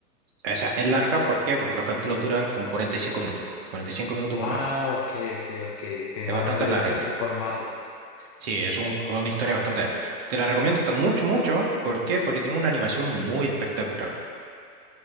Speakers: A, on the right; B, on the left.
A: O sea, es larga, ¿por qué? Porque los capítulos duran como cuarenta y cinco minutos. 45 minutos,
B: Ah,
A: una hora.
B: ok, ok, ok, ok,
A: Es
B: más
A: bastante
B: ese,
A: larga.
B: de ese formato.
A: Sí, es un- una historia bastante larga. Te la recomiendo ta- mucho, mucho. ¿Por qué? Porque tiene una animación muy espectacular.